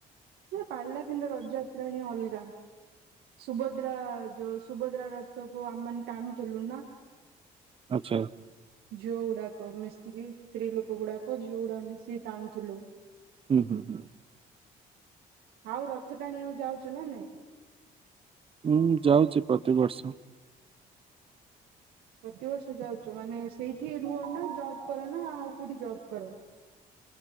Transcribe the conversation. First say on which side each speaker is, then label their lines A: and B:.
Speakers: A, on the right; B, on the right.
A: ସେ ପିଲ କିିଣ୍ଡ ରଜଯାତା ହଁ ଅଲଗା। ସୁଭଦ୍ରା ଯୋଉ ସୁଭଦ୍ରା ରଥକୁ ଆମେ ମାନେ ଟାଣଥିଲୁ ନା।
B: ଆଛା।
A: ଝିଅ ଗୁଡାକ ମିସ୍ତ୍ରୀ ସ୍ତ୍ରୀ ଲୋକ ଗୁଡାକ ଝିଅ ଗୁଡା ମିଶି ଟାଣୁଥିଲୁ।
B: ହୁଁ ହୁଁ ହୁଁ।
A: ଆଉ ରଥଟାଣୀ ବାକୁ ଯାଉଛ ନା ନାଇ?
B: ହୁଁ ଯାଉଛି ପ୍ରତି ବର୍ଷ ।
A: ପ୍ରତିବର୍ଷ ଯାଉଛ ମାନେ ସେଇଠି ରୁହ ନା ଜବ କର ନା ଆଉ କୋଉଠି ଜବ୍ କର? <unintelligible>